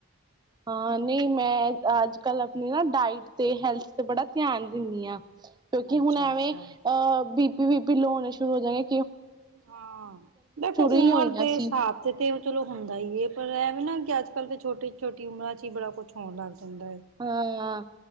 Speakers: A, on the right (about 20°); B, on the right (about 65°).
A: ਹਾਂ ਨਹੀਂ ਮੈਂ ਅੱਜ- ਕੱਲ ਆਪਣੀ ਨਾ ਡਾਇਟ ਤੇ ਹੈਲਥ ਤੇ ਬੜਾ ਧਿਆਨ ਦਿੰਦੀ ਹਾਂ ਕਿਉਂਕਿ
B: ਅੱਛਾ
A: ਹੁਣ ਐਵੇਂ
B: ਅੱਛਾ
A: ਅਹ ਵੀ ਵੀ ਪੀ ਲੋਅ ਹੋਣੇ ਸ਼ੁਰੂ ਹੋ ਜਾਂਗੇ
B: ਹਾਂ ਦੇਖੋ
A: ਹੀ
B: ਉਮਰ
A: ਹੋਈਆਂ
B: ਦੇ ਹਿਸਾਬ
A: ਸੀ
B: ਤੇ ਤੇ ਉਹ ਚਲੋ ਹੁੰਦਾ ਹੀ ਹੈ, ਪਰ ਇਹ ਵੀ ਨਾ ਅੱਜ-ਕੱਲ੍ਹ ਛੋਟੀ-ਛੋਟੀ ਉਮਰਾਂ ਚ ਹੀ ਬੜਾ ਕੁਛ ਹੋਣ ਲੱਗ ਜਾਂਦਾ ਹੈ
A: ਹਾਂ